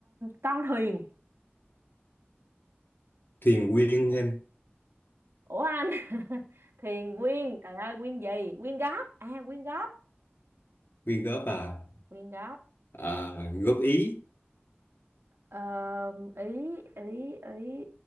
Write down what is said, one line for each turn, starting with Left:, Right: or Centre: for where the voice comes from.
Right: con thuyền.
Left: thuyền quyên em
Right: Ủa anh? <laughs> Thuyền quyên, trời ơi quyên gì? Quyên góp. À quyên góp,
Left: quyên góp à
Right: quyên góp.
Left: à góp ý
Right: Ờ, ý ý ý